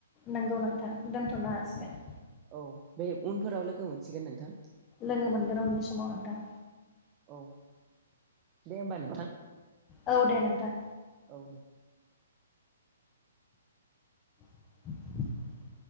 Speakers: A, on the left; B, on the right.
A: नंगौ नोंथां दोनथ'नो हासिगोन
B: औ बे उनफोराव लोगो मोनसिगोन नोंथां
A: लोगो मोनगोन उननि समाव नोंथां
B: औ दे होमबा नोंथां
A: औ दे नोंथां
B: औ दे
A: <inaudible>